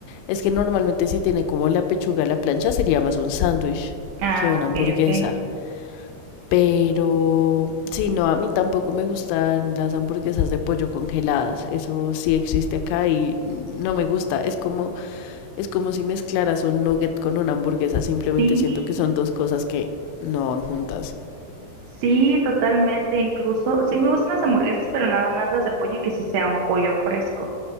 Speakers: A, on the left; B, on the right.
A: es que normalmente si tiene como la pechuga a la plancha sería más un sándwich
B: Ah,
A: que una
B: ok,
A: hamburguesa.
B: ok.
A: Pero sí, no, a mí tampoco me gustan las hamburguesas de pollo congeladas. Eso sí existe acá y no me gusta. Es como, es como si mezclaras un nugget con una hamburguesa. Simplemente
B: Sí,
A: siento que son dos cosas que no van juntas.
B: sí, totalmente. Incluso, sí me gustan las hamburguesas, pero nada más las de pollo y que sí sea un pollo fresco.